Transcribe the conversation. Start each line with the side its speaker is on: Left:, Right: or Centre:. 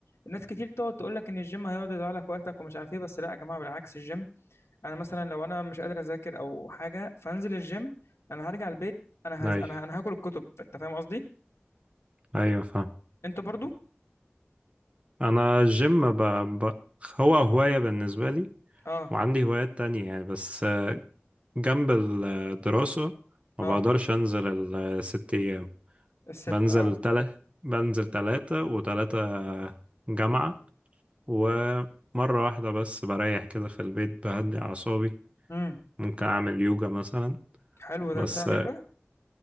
Left: الناس كتير تقعد تقول لك ان الجيم هيقعد يضيع لك وقتك ومش عارف ايه بس لا يا جماعة بالعكس الجيم انا مثلا لو انا مش قادر اذاكر او حاجة فانزل الجيم انا هرجع البيت انا
Right: أي
Left: هز... انا انا هاكل الكتب انت فاهم قصدي
Right: أيوة فاهم
Left: انت برضو
Right: أنا الجيم ب... ب... هو هواية بالنسبة لي
Left: اه
Right: وعندي هوايات تانية يعني بس آه، جنب الدراسة ما
Left: اه
Right: بقدرش أنزل الست أيام
Left: الست
Right: بنزل
Left: اه
Right: تلات بنزل تلاتة وتلاتة جامعة ومرة واحدة بس بريح كده في البيت بهدي أعصابي
Left: امم
Right: ممكن أعمل يوجا مثلا
Left: حلو
Right: بس
Left: ده بتاع اليوجا